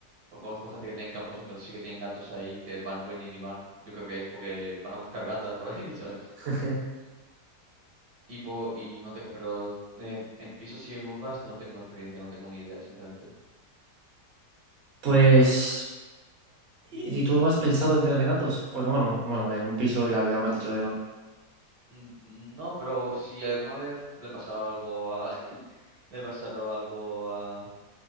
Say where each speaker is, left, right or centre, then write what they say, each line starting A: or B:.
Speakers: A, on the right; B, on the right.
A: pues conozco gente que tiene campos, entonces sí que tienen gatos ahí que van, vienen y van. Yo creo que es porque van a buscar gatas por <laughs> ahí, ¿sabes?
B: <laughs>
A: Y, po- y no tengo, pero en, en pisos y en urbas no tengo experiencia, no tengo ni idea, sinceramente.
B: Pues, ¿y y tú has pensado en tener gatos? Porque bueno, bueno, en un piso, claro, ya me has dicho que no.
A: Mm, No, pero si alguna vez le pasaba algo a <laughs> le pasara algo a,